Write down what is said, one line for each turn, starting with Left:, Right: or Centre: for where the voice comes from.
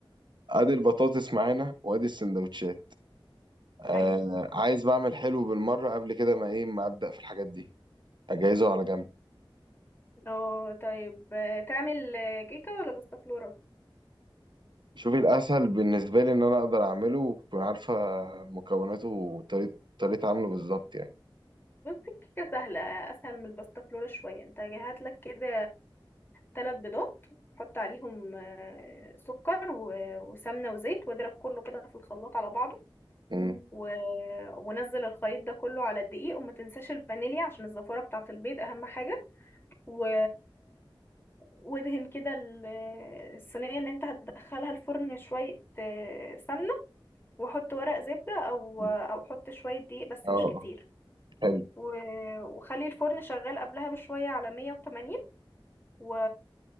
Right: أدي البطاطس معانا وأدي السندوتشات آه
Left: ايوه
Right: عايز بعمل حلو بالمرة قبل كده ما إيه ما أبدأ في الحاجات دي أجهزه على جنب
Left: اه طيب آه، تعمل آه، كيكه ولا باستا فلورا
Right: شوفي الأسهل بالنسبة لي إن أنا أقدر أعمله وتكون عارفة مكوناته وطريقة طريقة عمله بالظبط يعني
Left: بص الكيكه سهله اسهل من الباستا فلورا شويه انت هات لك كده ثلاث بيضات حط عليهم آه، سكر و- وسمنه وزيت واضرب كله كده في الخلاط على بعضه
Right: مم.
Left: و... ونزل الخليط ده كله على الدقيق وما تنساش الفانيليا عشان الزفاره بتاعه البيض اهم حاجه و... وادهن كده ال- الصينيه اللي انت هتدخلها الفرن شويه آه، سمنه واحط ورق زبدة او
Right: مم.
Left: او احط شوية دقيق بس
Right: اه
Left: مش
Right: آه.
Left: كتير
Right: حلو
Left: و... وخلي الفرن شغال قبلها بشوية على 180 و...